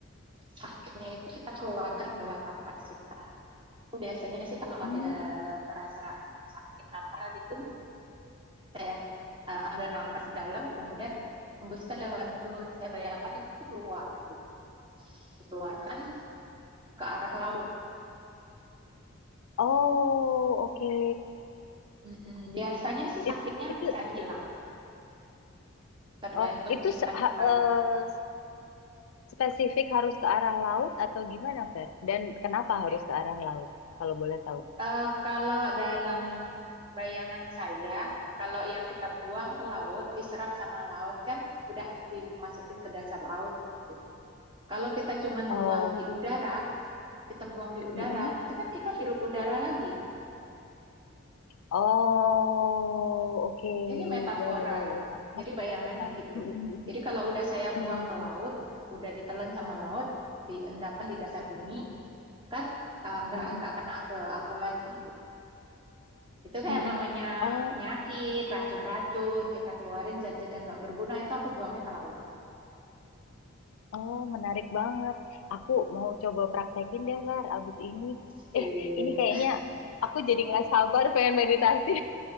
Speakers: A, on the right; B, on the left.
A: sakitnya itu kita keluarkan lewat nafas kita. biasanya sih kalau
B: Hmm.
A: ada terasa sakit apa gitu, saya eh, ambil nafas dalam, kemudian hembuskan lewat mulut. Saya bayangkan itu keluar, gitu. dikeluarkan ke arah laut.
B: Oh, oke.
A: Mm-mm. Biasanya sih
B: It-
A: sakitnya
B: Itu,
A: bisa hilang, tergantung
B: oh, itu
A: tingkat
B: se- ha-
A: keparahan.
B: eh, Spesifik harus ke arah laut atau gimana, Fer? Dan kenapa harus ke arah laut? Kalau boleh tahu.
A: Eh, kalau dalam bayangan saya, kalau yang kita buang ke laut, diserap sama laut kan udah dimasukin ke dasar laut gitu. Kalau kita cuman
B: Oh,
A: buang di udara, kita buang di udara,
B: mm-mm.
A: nanti kan kita hirup udara lagi.
B: Oh, oke.
A: Ya, Ini metafora
B: Ya, ya, ya,
A: ya.
B: ya. Masuk.
A: Jadi bayangannya
B: akal.
A: gitu.
B: Mm-mm.
A: Jadi kalau udah saya
B: Mm-mm.
A: buang ke laut, udah ditelan sama laut, diendapkan di dasar bumi, kan eh, nggak
B: Mm-mm.
A: nggak kena ke aku lagi gitu. Itu kayak
B: Mm-mm.
A: namanya
B: Oh,
A: penyakit, racun-racun, kita keluarin zat-zat yang nggak berguna itu aku buangnya ke laut.
B: oh, menarik banget. Aku mau coba praktekin deh, Fer, abis ini.
A: Sip.
B: Eh, ini kayaknya aku jadi nggak sabar pengen meditasi.